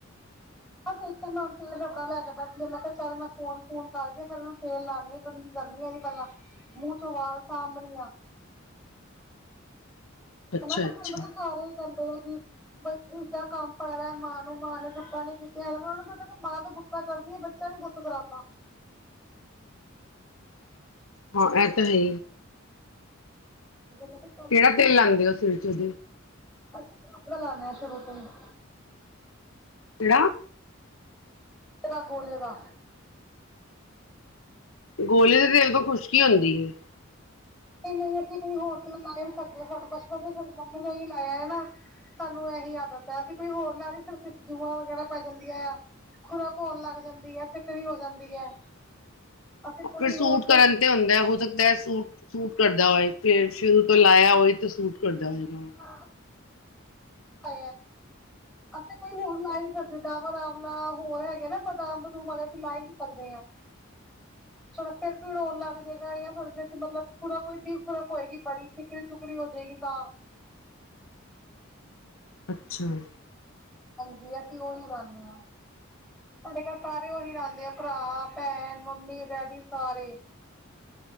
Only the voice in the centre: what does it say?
ਆਹ ਇੱਥੇ ਮੈਂੂੰ <inaudible> ਤੇਲ ਰੋਡਾ ਲੈ ਕੇ ਬੈਠਦੀ ਮੈਂ ਕਿਹਾ ਚੱਲ ਮੈਂ ਫੋਨ ਫੂਨ ਕਰਕੇ ਫਿਰਨੂੰ ਤੇਲ ਲਾਉਣੀ। ਕੰਗੀ ਕਰਦੀ ਆ ਇਹਦੀ ਪਹਿਲਾਂ ਮੂੰਹ ਚੋਂ ਵਾਲ ਸਾਂਭਣੀ ਆ।
ਹਨਾ ਤਾਂ
ਤੁਹਾਨੂੰ ਪਤਾ ਸਾਰੇ ਚੱਲਦੇ ਆ ਕਿ ਬ ਦਾ ਕੰਮ ਪ ਰਿ ਹੈ ਮਾਂ ਨੂੰ ਮਾਂ ਨੇ ਬੁੱਟਾ ਨੇ ਕੀਤਾ ਹੈ ਉਹ ਨੂੰ ਮਾਂ ਤੇ ਬੁੱਟ ਾਂ ਕਰਦੀਆਂ ਬੱਚਾ ਨੀ ਪੁੱਤ ਕਰਾਉਂਦਾ
ਜਿਵੇਂ ਕੁ।
ਅੱ ਲਾਉੇ ਸ਼ੁਰੂ ਤੇ <inaudible>
ਦਾ ਗੋਲ ਵਾ।
<inaudible> ਸਾਨੂੰ ਇਹੀ ਆਦਤ ਹੈ ਅਸੀਂ ਕੋਈ ਹੋਰ ਲਾ ਲਈਏ ਸਿਰ ਵਿੱਚ ਜੂਆਂ ਵਗੈਰਾ ਪੈ ਜਾਂਦੀਆਂ ਆ। ਖੁਰਕ ਹੋਣ ਲੱਗ ਜਾਂਦੀ ਹੈ ਸਿਕਰੀ ਹੋ ਜਾਂਦੀ ਹੈ। ਅਸੀਂ ਕੋਈ
ਹੋਰ
ਕਿਉਂਕਿ
ਨਾ
ਹਾਂ ਆ ਅਸੀਂ ਕੋਈ ਹੋਰ ਲਾ ਨੀ ਸਕਦੇ ਡਵਾਂ ਆਵਲਾ ਹੋਰ ਹੈਗੇ ਨਾ ਬਦਾਮ ਬਦੂਮ ਵਾਲੇ ਅਸੀਂ ਲਾ ਨੀ ਸਕਦੇ ਹਾਂ
ਥੋੜਾ ਫਿਰਰਿੜੋਉਣ ਲੱਗ ਜਏਗਾ ਜਾਂ ਥੋੜਾਿਰ ਮਤਲਬ ਪੂਰਾ ਕੋਈ ਦੀ ਕੋ ਹੋਏਗੀ ਬੜੀ ਸਕਰੀ ਸੁਕਰੀ ਹੋ ਜਾਏਗੀ ਤਾਂ
ਹਾਂਜੀ ਅਸੀਂ ਉਓਹੀ ਬਨਦੇ ਹਾਂ ਤੁਹਾਡੇ ਘਰ ਸਾਰੇ ਉਹੀ ਰਹਦੇ ਆ ਭਰਾ ਭੈਣ ਮੰਮੀ ਡੈਡੀ ਸਾਰੇ